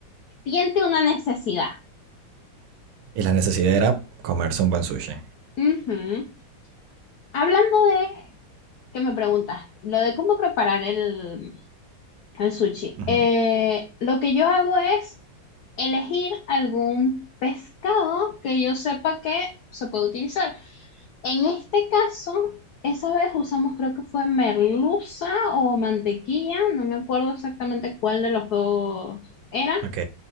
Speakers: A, on the left; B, on the right.
A: siente una necesidad.
B: y la necesidad era comerse un buen sushi.
A: Ujú. Hablando de, que me preguntaste, lo de cómo preparar el El sushi.
B: Ujú.
A: Eh, lo que yo hago es elegir algún pescado que yo sepa que se puede utilizar. En este caso, esa vez usamos, creo que fue merluza o mantequilla, no me acuerdo exactamente cuál de los dos era.
B: Ok.